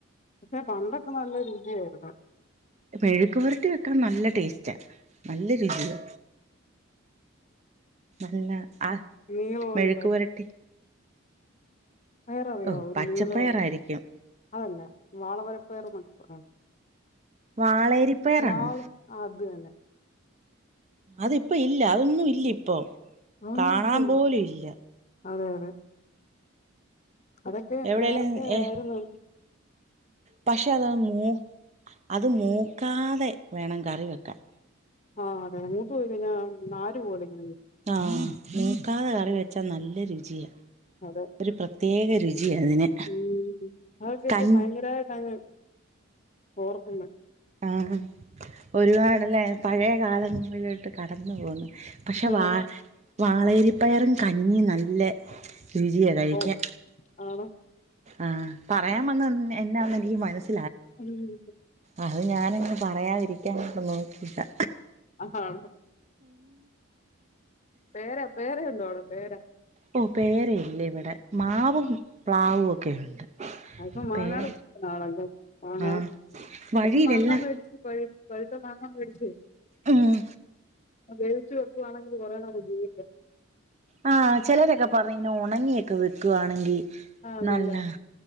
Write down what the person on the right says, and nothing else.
മെഴ്ക്ക്വെരട്ടി വെക്കു ക്കാൻ നല്ല ടേസ്റ്റാ. നല്ല രുചിയാ. നല്ല ആ
മെഴുക്ക്
പുരട്ടി
ഓ
പച്ചപ്പയറായിരിക്കും
വാളേരിപ്പയറാണോ
അതിപ്പോ ഇല്ല അതൊന്നും ഇല്ല ഇപ്പൊ.
കാണാം
പോലും ഇല്ല.
എവിടെലും
ഏ
പക്ഷെ അതാണ് മൂ അത് മൂക്കാതെ
വേണം കറി വെക്കാൻ.
ആഹ് മൂക്കാതെ കറി വെച്ചാ നല്ല രുചിയാ.
ഒരു പ്രത്യേക രുചിയാ അതിന്
കൺ
ആഹ് ഒരുപാട് ല്ലേ പഴയ കാലങ്ങളിലോട്ട് കടന്നു പോന്ന്. പക്ഷേ വാ
വാളയരിപ്പയറും കഞ്ഞിയും നല്ലെ രുചിയാ കഴിക്കാൻ.
ആഹ് പറയാം വന്ന എന്നാന് എനിക്ക് മനസി
അത് ഞാനങ്ങ് പറയാതിരിക്കാനായിട്ട് നോക്കിതാ.
ഓ പേരയില്ല ഇവിടെ. മാവും പ്ലാവുവൊക്കെ ഉണ്ട്.
പേര
ആഹ് വഴിയിലെല്ലാം
ഉം
ആ ചെലരൊക്കെ പറഞ്ഞ് ഇങ്ങനെ ഒണങ്ങിയൊക്കെ വെക്കുവാണെങ്കി
നല്ല